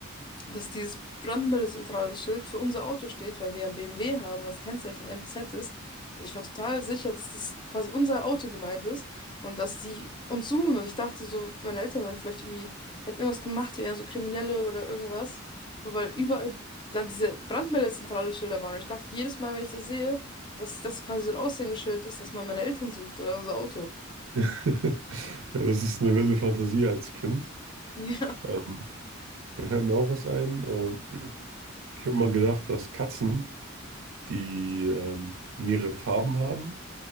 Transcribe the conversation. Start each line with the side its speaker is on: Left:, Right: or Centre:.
Left: dass dieses brandmeldezentrale Schild für unser Auto steht, weil wir ja ein BMW haben und das Kennzeichen MZ ist. Also ich war total sicher, dass das quasi unser Auto gemeint ist und dass die uns suchen. Und ich dachte so, meine Eltern wären vielleicht irgendwie, hätten irgendwas gemacht, die wären so Kriminelle oder irgendwas. Nur weil überall dann diese brandmeldezentrale Schilder waren. Und ich dachte jedes Mal, wenn ich das sehe, dass das quasi so ein Aushängeschild ist, dass man meine Eltern sucht oder unser Auto. <laughs>
Right: <laughs> Ja, das ist eine wilde Fantasie als Kind.
Left: Ja,
Right: Ähm, Da fällt mir auch was ein. Ähm, ich habe mal gedacht, dass Katzen, die ähm, mehrere Farben haben,